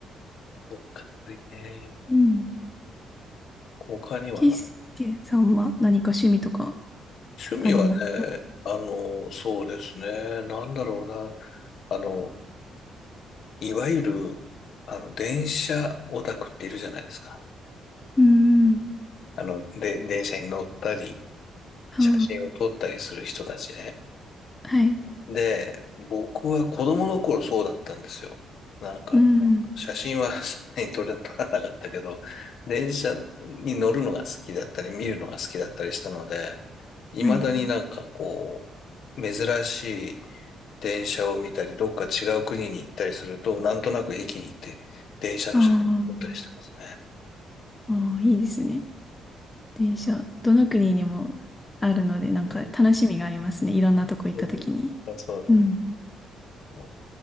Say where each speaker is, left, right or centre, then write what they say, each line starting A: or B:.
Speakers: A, on the left; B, on the left.
A: そっか、ね。
B: うん。
A: 他にはな。
B: ケイスケさんは何か趣味とか
A: 趣味はね、
B: ありますか
A: あの、そうですね、なんだろうな、あの、いわゆる、あの、電車オタクっているじゃないですか。
B: うん。
A: あの、で、電車に乗ったり、
B: は
A: 写真を撮ったりする人たちね。
B: あ、はい。
A: で、僕は子供の頃そうだったんですよ。なんか、
B: うん。
A: 写真はそんなに撮れ、撮らなかったけど、電車に乗るのが好きだったり、見るのが好きだったりしたので、未だになんかこう、
B: はい。
A: 珍しい電車を見たり、どっか違う国に行ったりすると、なんとなく駅に行って電車の写真を撮ったりしてますね。
B: ああ、ああ、いいですね。電車、どの国にもあるので、なんか楽しみがありますね。
A: うん
B: いろんなとこ行った時に。
A: うんそうだね。
B: うん。
A: あ